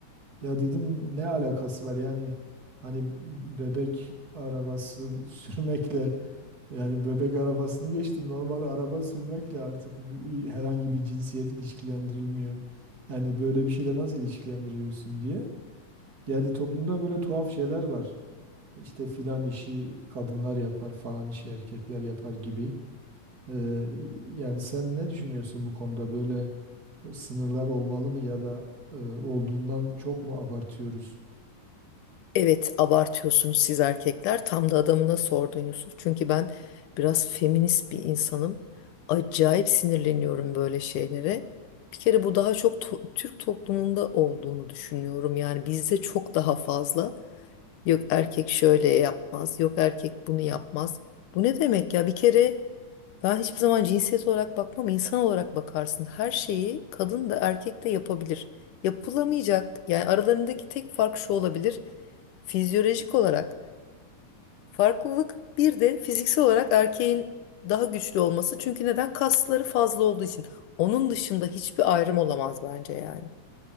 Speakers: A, on the right; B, on the left.
A: Ya dedim ne alakası var yani hani bebek arabası <laughs> sürmekle yani bebek arabasını geçtim. Normal araba sürmekle artık bir- herhangi bir cinsiyet ilişkilendirilmiyor. Yani böyle bir şeyle nasıl ilişkilendiriyorsun diye. Yani toplumda böyle tuhaf şeyler var. İşte filan işi kadınlar yapar, falan işi erkekler yapar gibi. Ee, yani sen ne düşünüyorsun bu konuda? Böyle sınırlar olmalı mı ya da e, olduğundan çok mu abartıyoruz?
B: Evet abartıyorsunuz siz erkekler. Tam da adamına sordun Yusuf. Çünkü ben biraz feminist bir insanım. Acayip sinirleniyorum böyle şeylere. Bir kere bu daha çok to- Türk toplumunda olduğunu düşünüyorum. Yani bizde çok daha fazla. Yok erkek şöyle yapmaz, yok erkek bunu yapmaz. Bu ne demek ya? Bir kere ben hiçbir zaman cinsiyet olarak bakmam, insan olarak bakarsın. Her şeyi kadın da erkek de yapabilir. Yapılamayacak, yani aralarındaki tek fark şu olabilir. Fizyolojik olarak farklılık bir de fiziksel olarak erkeğin daha güçlü olması. Çünkü neden? Kasları fazla olduğu için. Onun dışında hiçbir ayrım olamaz bence yani.